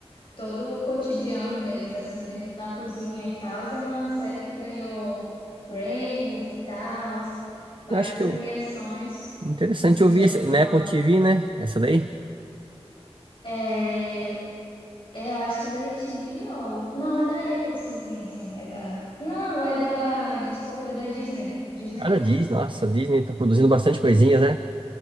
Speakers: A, on the left; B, on the right.
A: todo o cotidiano deles, assim, dentro da cozinha e tal. É uma série que ganhou Grammys e tal, várias
B: Eu acho que
A: premiações.
B: eu, interessante
A: Não sei
B: eu
A: se
B: vi
A: já ouviu
B: essa,
A: falar.
B: na Apple TV, né? Essa daí.
A: É, É, Eu acho que é da HBO. Não, é da Apple, sim, sim, sim. É da. Não, é da. Desculpa, é da Disney. Disney
B: Cara,
A: Plus.
B: a Disney, nossa, a Disney tá produzindo bastante coisinhas, né?